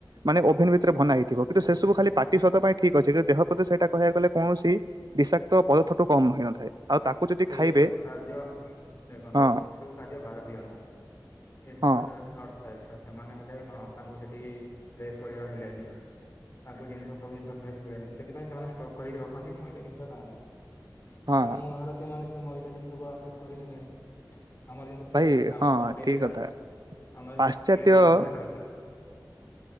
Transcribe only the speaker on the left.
ଏସବୁ ଖାଦ୍ୟ ଦେଖନ୍ତୁ
ଏ ଗିଷ୍ଟ ସବୁ ଖାଦ୍ୟ ଭାରତୀୟ ନୁହଁ ଏସବୁ
ଖାଦ୍ୟ ହଉଚି ନର୍ଥ ସାଇଟ୍ ର ସେମାନେ ହେଲେ କଣ ତାଙ୍କୁ ସେଠି ଫ୍ରେଶ ପରିବା ମିଳେନି। ତାଙ୍କୁ ଜିନିଷ ସବୁ ଜିନିଷ ଫ୍ରେସ ମିଳେନି ସେଥିପାଇଁ ସେମାନେ ଷ୍ଟକ୍ କରିକି ର ଖନ୍ତି ମଇଦା ଜିନିଷ ଖାଆନ୍ତି
ବଟ୍ ଆମ ଭାରତୀୟ ମାନେ ସେ ମଇଦା ଜିନିଷକୁ ଆକ୍ସେପ୍ଟ କରିନେଲେଣି। ଆମର ଯେମିତି ଫ୍ରିଜ
ନଥିଲା ଆମର
କଣ ଡେଲି
ରାନ୍ଧୁ
ଆମର
ଡେଲି ରାନ୍ଧୁଥିଲେ ଖାଉଥିଲେ।